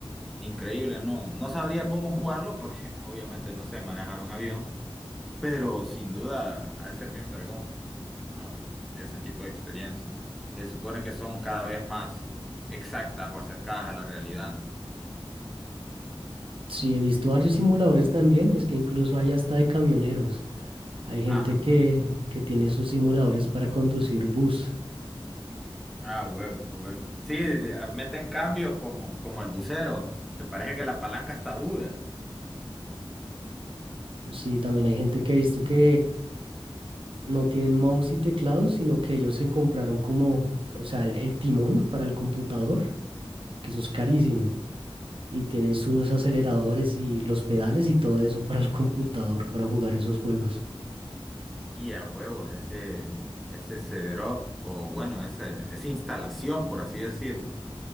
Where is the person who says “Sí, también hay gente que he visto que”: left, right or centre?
Right